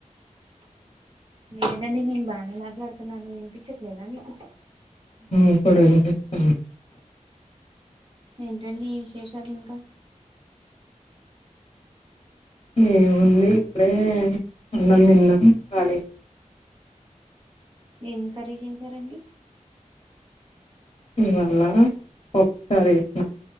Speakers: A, on the right (about 40°); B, on the left (about 40°).
A: లేదండి నేను బానే మాట్లాడుతున్నాను వినిపించట్లేదా మీకు
B: ఇప్పుడు చెప్పు
A: ఏంటండి విశేషాలు ఇంకా
B: ఏముంది ఇప్పుడే అన్నం తిన్నం కాలి
A: ఎం కర్రి చేశారండి
B: ఇవాళ ఒక్కసారి వేసిన